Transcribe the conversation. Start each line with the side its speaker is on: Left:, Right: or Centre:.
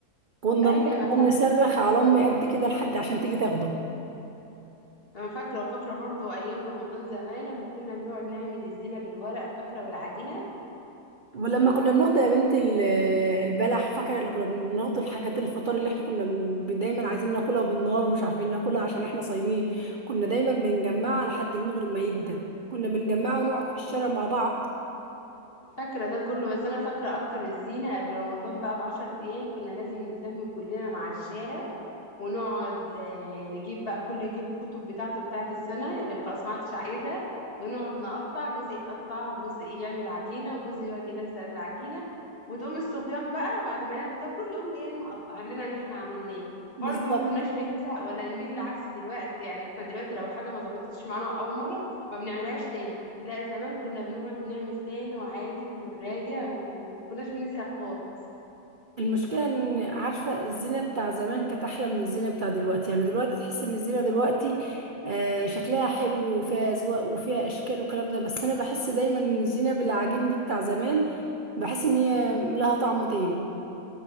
Right: كنا
Left: ايوه
Right: بنفضل
Left: انا فاكره
Right: نصرخ على امي قد كده لحد عشان تيجي تاخده
Left: انا فاكره وفاكره برضو ايام رمضان زمان لما كنا بنقعد نعمل الزينه بالورق فاكره والعجينه
Right: ولما كنا بناخد يا بنت ال- البلح فاكره اللي كنا بناخد الحاجات الفطار اللي احنا كنا بن- دايما عايزين ناكلها بالنار ومش عارفين ناكلها عشان احنا صايمين كنا دايما بنجمعها لحد من غير ما يدن كنا بنجمعها ونقعد
Left: ايوه
Right: في الشارع مع بعض
Left: فاكره ده كله بس انا فاكره اكتر الزينه قبل رمضان بقى بعشر ايام كنا لازم نتلم كلنا مع الشارع ونقعد آه، نجيب بقى كل يجيب الكتب بتاعته بتاعت السنة اللي خلاص ما عادش عايزها ونقعد نقطع جزء يقطع وجزء يعمل عجينة وجزء يقعد يلزق بالعجينة وتقوم الصبيان بقى بعد ما نعمل ده كله يقوم جاي مقطع لنا اللي احنا عملناه
Right: بالظبط
Left: برضه ما كناش بنزهق ولا نمل عكس دلوقتي يعني احنا دلوقتي لو حاجة ما ظبطتش معانا أول مرة ما بنعملهاش تاني لا زمان كنا بنقعد نعمل تاني وعادي ونراجع ومكناش بنزهق خالص
Right: المشكلة ان عارفة الزينة بتاع زمان كانت احلى من الزينة بتاع دلوقتي يعني دلوقتي تحس ان الزينة دلوقتي آه، شكلها حلو وفيها اذواق وفيها اشكال والكلام ده بس انا بحس دايما ان الزينة بالعجين دي بتاع زمان بحس ان هي لها طعم تاني